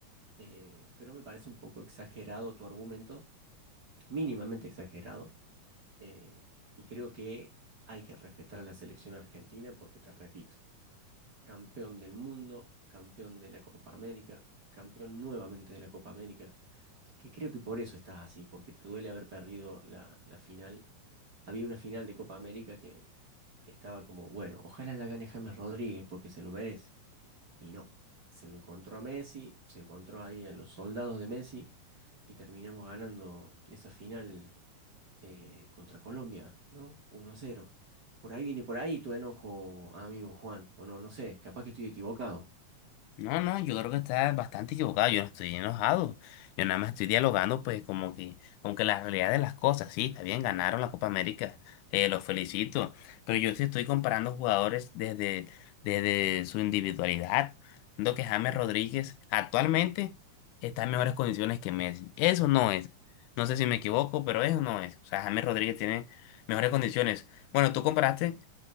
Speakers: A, on the right; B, on the left.
A: Eh, pero me parece un poco exagerado tu argumento, mínimamente exagerado eh, y creo que hay que respetar a la selección argentina porque, te repito, campeón del mundo, campeón de la Copa América, campeón nuevamente de la Copa América, que creo que por eso estás así, porque te duele haber perdido la, la final. Había una final de Copa América que estaba como, bueno, ojalá la gane James Rodríguez porque se lo merece. Y no, se lo encontró a Messi, se encontró ahí a los soldados de Messi y terminamos ganando esa final eh, contra Colombia, ¿no? uno a cero. Por ahí viene por ahí tu enojo, amigo Juan, o no, no sé, capaz que estoy equivocado.
B: No, no, yo creo que estás bastante equivocado, yo no estoy enojado, yo nada más estoy dialogando pues como que, como que la realidad de las cosas, sí, está bien, ganaron la Copa América, eh, los felicito, pero yo te estoy comparando jugadores desde, desde su individualidad, siendo que James Rodríguez actualmente está en mejores condiciones que Messi, eso no es, no sé si me equivoco, pero eso no es, o sea, James Rodríguez tiene mejores condiciones. Bueno, tú comparaste